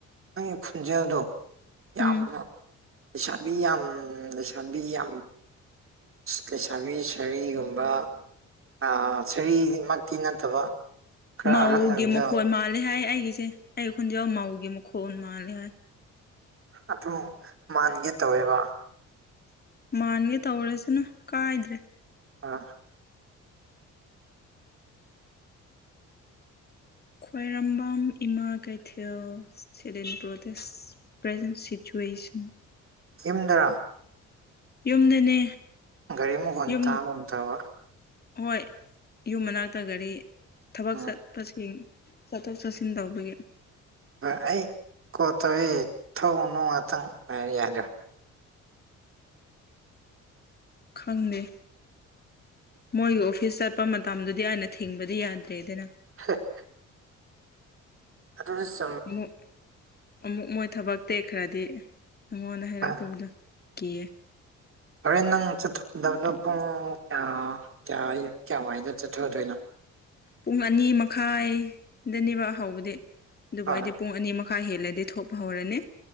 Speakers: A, on the right; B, on the left.
A: ꯅꯪꯒꯤ ꯈꯣꯟꯖꯦꯜꯗꯣ ꯌꯥꯝꯅ
B: ꯎꯝ
A: ꯂꯩꯁꯥꯕꯤ ꯌꯥꯝ ꯂꯩꯁꯥꯕꯤ ꯌꯥꯝ ꯂꯩꯁꯥꯕꯤ ꯁꯔꯤꯒꯨꯝꯕ ꯑ ꯁꯔꯤꯗꯤꯃꯛꯇꯤ ꯅꯠꯇꯕ ꯈꯔ
B: ꯃꯧꯒꯤ
A: ꯑꯍꯟ ꯑꯣꯏꯕꯗꯣ
B: ꯃꯈꯣꯟ ꯃꯥꯜꯂꯦ ꯍꯥꯏ ꯑꯩꯒꯤꯁꯦ ꯑꯩ ꯈꯣꯟꯖꯦꯜ ꯃꯧꯒꯤ ꯃꯈꯣꯟ ꯃꯥꯜꯂꯦ ꯍꯥꯏ
A: ꯑꯗꯨ ꯃꯥꯟꯒꯦ ꯇꯧꯋꯦꯕ
B: ꯃꯥꯟꯒꯦ ꯇꯧꯔꯁꯅꯨ ꯀꯥꯏꯗ꯭ꯔꯦ
A: <unintelligible>
B: ꯈ꯭ꯋꯥꯏꯔꯝꯕꯝ ꯏꯃꯥ ꯀꯩꯊꯦꯜ <unintelligible> ꯄ꯭ꯔꯖꯦꯟ ꯁꯤꯆꯨꯋꯦꯁꯟ
A: ꯌꯨꯝꯗ꯭ꯔꯥ
B: ꯌꯨꯝꯗꯅꯦ
A: ꯒꯥꯔꯤ ꯃꯈꯣꯟ
B: ꯌꯨꯝ
A: ꯇꯥꯕꯒꯨꯝ ꯇꯧꯕ
B: ꯍꯣꯏ ꯌꯨꯝ ꯃꯅꯥꯛꯇ ꯒꯥꯔꯤ ꯊꯕꯛ
A: ꯎꯝ
B: ꯆꯠꯄꯁꯤꯡ ꯆꯠꯊꯣꯛ ꯆꯠꯁꯤꯟ ꯇꯧꯕꯒꯤ
A: ꯍꯣꯏ ꯑꯩ ꯀꯣꯜ ꯇꯧꯋꯏ ꯊꯧꯅꯅꯨꯡ ꯉꯥꯛꯇꯪ ꯍꯥꯏ ꯌꯥꯗꯣ
B: ꯈꯪꯗꯦ ꯃꯣꯏ ꯑꯣꯐ ꯑꯣꯐꯤꯁ ꯆꯠꯄ ꯃꯇꯝꯗꯨꯗꯤ ꯑꯩꯅ ꯊꯤꯡꯕꯗꯤ ꯌꯥꯗ꯭ꯔꯦꯗꯅ
A: <unintelligible> <unintelligible>
B: ꯑꯃꯨꯛ ꯑꯃꯨꯛ ꯃꯣꯏ ꯊꯕꯛ ꯇꯦꯈ꯭ꯔꯗꯤ ꯑꯩꯉꯣꯟꯗ ꯍꯥꯏꯔꯛꯇꯕꯗ
A: ꯑ
B: ꯀꯦ
A: ꯍꯣꯔꯦꯟ ꯅꯪ ꯆꯠꯊꯣꯛꯀꯗꯕꯅꯣ ꯄꯨꯡ ꯀꯌꯥ ꯀꯌꯥ ꯀꯌꯥꯋꯥꯏꯗ ꯆꯠꯊꯗꯣꯏꯅꯣ
B: ꯄꯨꯡ ꯑꯅꯤ ꯃꯈꯥꯏꯗꯅꯦꯕ ꯍꯧꯕꯗꯤ ꯑꯗꯨꯕꯨ
A: ꯍꯣꯏ
B: ꯑꯩꯗꯤ ꯄꯨꯡ ꯑꯅꯤꯃ ꯃꯈꯥ ꯍꯦꯜꯂꯗꯤ ꯊꯣꯛꯄ ꯍꯧꯔꯅꯦ